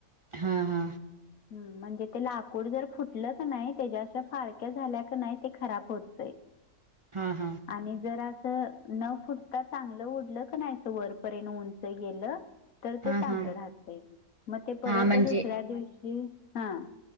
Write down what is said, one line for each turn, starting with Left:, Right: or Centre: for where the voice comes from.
Right: हां हां.
Left: म्हणजे ते लाकूड जर फुटलं का नाइ त्याच्या अशा फाळक्या झाल्या का नाइ ते खराब होतय.
Right: हा हा
Left: आणि जर तर न फुटता चांगलं ओढलं का नाहीचं वरपर्यंत उंच गेलं. तर ते
Right: हा
Left: चांगलं
Right: हा
Left: राहतय, म ते परत
Right: हा म्हणजे
Left: दुसऱ्या दिवशी हां.